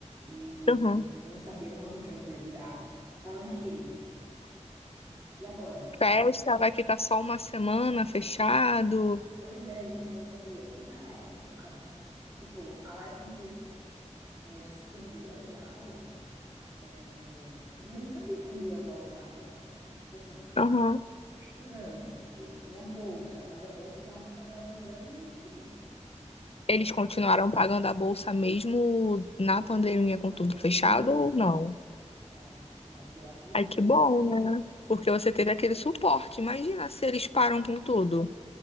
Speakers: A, on the right; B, on the left.
A: e
B: Aham,
A: não sabia quanto tempo ia durar. Tava naquele, e agora?
B: Festa, vai ficar só uma semana fechado?
A: Pois é, a gente não sabia. E na época, tipo, a UFMG su- eh, suspendeu as aulas, eh, e eu não sabia quando ia voltar, né? E, tipo assim,
B: aham.
A: estudante, eu tinha bolsa, mas a bolsa dava para pagar o aluguel e a comida.
B: Eles continuaram pagando a bolsa mesmo na pandemia
A: Na
B: com tudo
A: pandemia,
B: fechado ou não?
A: continuaram, continuaram, graças a
B: Ai,
A: Deus.
B: que bom, né? Porque você teve aquele suporte. Imagina se eles param com tudo.